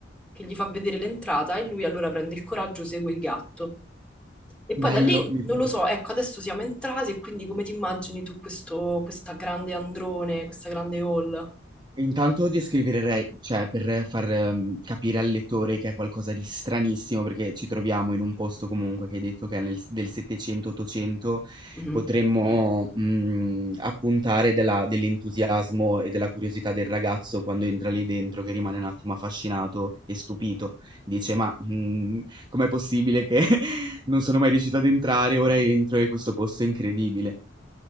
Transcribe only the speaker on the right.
bello,
mi
piace.
Intanto descriverei cioè per far, ehm, capire al lettore che è qualcosa di stranissimo, perché ci troviamo in un posto comunque che hai detto che è nel s del 700, 800,
potremmo, mhmm, appuntare della dell'entusiasmo e della curiosità del ragazzo quando entra lì dentro, che rimane un attimo affascinato e stupito. Dice: "Ma, mhmm, com'è possibile che <laughs> non sono mai riuscito ad entrare, ora entro e questo posto è incredibile".